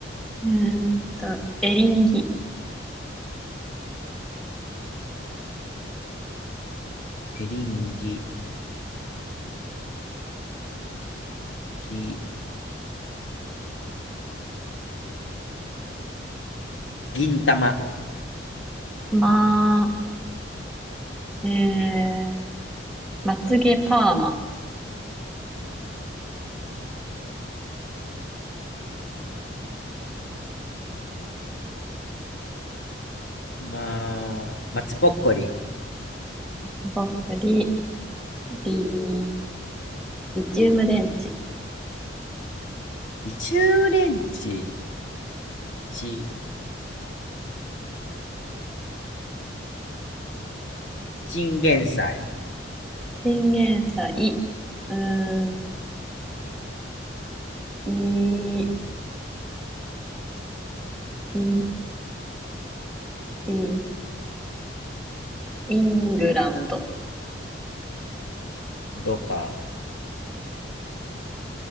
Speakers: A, in the centre; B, on the left.
A: ーんと、エリンギ、
B: エリンギ、ぎ、銀玉、
A: まあ、えー、まつげパーマ、
B: まあ、松ぼっこり、
A: ばっかり、リ、リチウム電池、
B: リチュウレンチ、ち、チンゲンサイ、
A: チンゲンサイうーん、い、い、い、イングランド、
B: どうか、